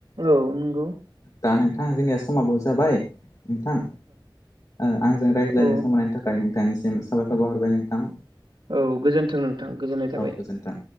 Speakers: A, on the right; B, on the left.
A: औ नंगौ।
B: दा नोंथां जोंनिया समाबाव जाबाय। नोंथां ओ आंजों रायज्लायनो
A: औ
B: सम होनायनि थाखाय नोंथांनिसिम साबायखर बावहरबाय नोंथां।
A: औ गोजोन्थों नोंथां गोजोननाय थाबाय।
B: औ गोजोन्थों